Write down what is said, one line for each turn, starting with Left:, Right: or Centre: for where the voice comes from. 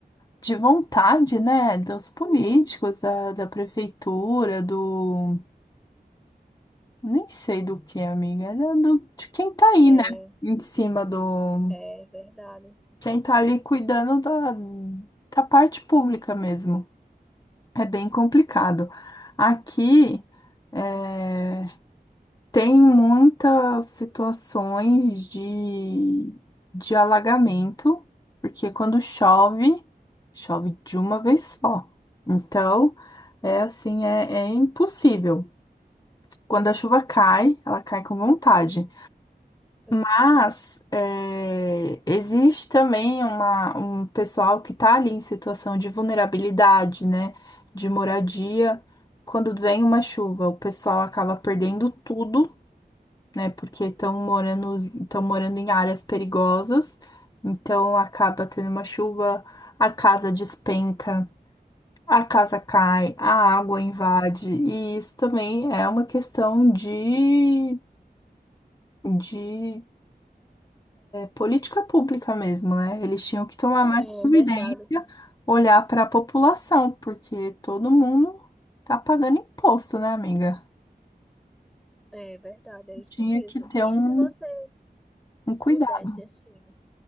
Left: de vontade, né? Dos políticos, da, da prefeitura, do. Nem sei do que, amiga. Era do, de quem tá aí,
Centre: É,
Left: né? Em cima do.
Centre: é verdade.
Left: Quem tá ali cuidando da, da parte pública mesmo. É bem complicado. Aqui é, tem muitas situações de, de alagamento, porque quando chove, chove de uma vez só. Então, é assim, é, é impossível. Quando a chuva cai, ela cai com vontade.
Centre: <laughs>
Left: Mas é, existe também uma, um pessoal que está ali em situação de vulnerabilidade, né? De moradia. Quando vem uma chuva, o pessoal acaba perdendo tudo, né? Porque estão morando, estão morando em áreas perigosas. Então acaba tendo uma chuva, a casa despenca, a casa cai, a água invade. E isso também é uma questão de, de política pública mesmo, né? Eles tinham que tomar mais
Centre: É
Left: providência,
Centre: verdade.
Left: olhar para a população, porque todo mundo tá pagando imposto, né, amiga?
Centre: É verdade, é isso
Left: Tinha
Centre: mesmo.
Left: que ter
Centre: E
Left: um,
Centre: se você
Left: um cuidado.
Centre: pudesse, assim,